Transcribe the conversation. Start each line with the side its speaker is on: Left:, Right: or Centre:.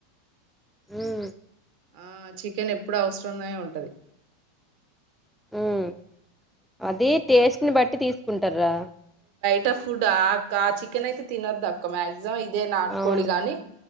Centre: హమ్
Right: ఆ చికెన్ ఎప్పుడు అవసరంగనే ఉంటది
Centre: హమ్ అది టేస్ట్ని బ తీసుక టరా
Right: ట ఫుడ్ ఆ అక్క చికెన్ అయితే తినద్ అక్క మ్యా జా ఇదే నాటుకోడి
Centre: అవును
Right: గాని